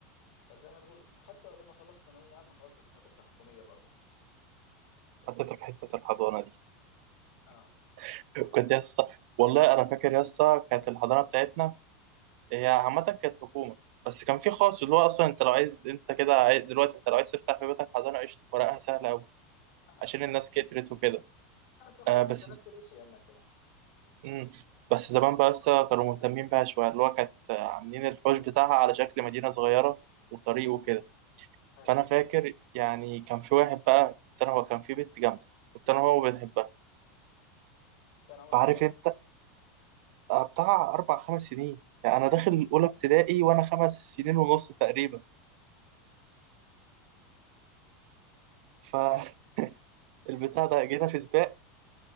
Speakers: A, on the left; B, on the right.
A: فزي ما تقول حتى لما خلصت ثانويه عامه خلصت مدرسه حكوميه برضه
B: حطيتك حتة الحضانة دي
A: اه
B: <laughs> كنت يا اسطى والله أنا فاكر يا اسطى كانت الحضانة بتاعتنا هي عامة كانت حكومة بس كان في خاص اللي هو أصلا أنت لو عايز أنت كده عايز... دلوقتي أنت لو عايز تفتح في بيتك حضانة قشطة ورقها سهلة أوي
A: <laughs>
B: عشان الناس كترت وكده
A: اه صحيح
B: آه بس
A: هسه نفس الشيء عندنا كمان
B: مم. بس زمان بقى لسه كانوا مهتمين بيها شوية اللي هو كانت آه، عاملين الحوش بتاعها على شكل مدينة صغيرة وطريق وكده
A: حلو
B: فأنا فاكر يعني كان في واحد بقى كنت أنا هو كان في بنت جامدة كنت أنا هو بنحبها
A: كان عمرك
B: فعارف
A: كم
B: أنت آه، بتاع أربع خمس سنين يعني أنا داخل الأولى ابتدائي وأنا خمس سنين ونص تقريبا فالبتاع <laughs> ده جينا في سباق